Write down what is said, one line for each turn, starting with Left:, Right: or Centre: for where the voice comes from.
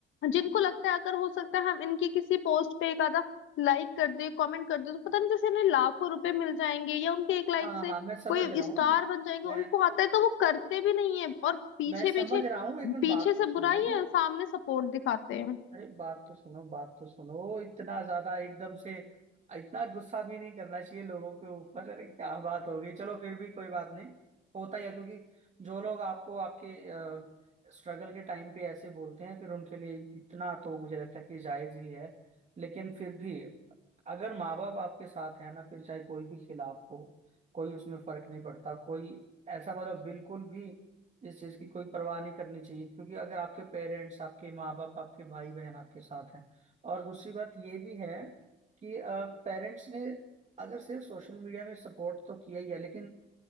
Left: जिनको लगता है अगर हो सकता है हम इनकी किसी पोस्ट पे एक आधा लाइक कर दे कमेंट कर दे तो पता नहीं जैसे इन्हें लाखों रुपए मिल जाएंगे या उनके एक लाइक
Right: हाँ
Left: से
Right: हाँ मैं समझ
Left: कोई
Right: रहा
Left: स्टार
Right: हूँ मैं
Left: बन जाएंगे
Right: मैं
Left: उनको आता है तो वो करते भी नहीं है और पीछे
Right: मैं
Left: पीछे
Right: समझ रहा हूँ एक मिनट
Left: पीछे
Right: बात
Left: से
Right: तो सुनो
Left: बुराई है सामने सपोर्ट दिखाते हैं
Right: अरे बात तो सुनो बात तो सुनो इतना ज्यादा एकदम से इतना गुस्सा भी नहीं करना चाहिए लोगों के ऊपर अरे क्या बात हो गई चलो फिर भी कोई बात नहीं होता ही है क्योंकि जो लोग आपको आपके स्ट्रगल के टाइम पे ऐसे बोलते हैं फिर उनके लिए इतना तो मुझे लगता है कि जायज ही है लेकिन फिर भी अगर माँ बाप आपके साथ है ना फिर चाहे कोई भी खिलाफ हो कोई उसमें फर्क नहीं पड़ता कोई ऐसा मतलब बिल्कुल भी इस चीज की कोई परवाह नहीं करनी चाहिए क्योंकि अगर आपके पेरेंट्स आपके माँ बाप आपके भाई बहन आपके साथ हैं और दूसरी बात ये भी है कि पेरेंट्स ने अगर सिर्फ सोशल मीडिया में सपोर्ट तो किया ही है लेकिन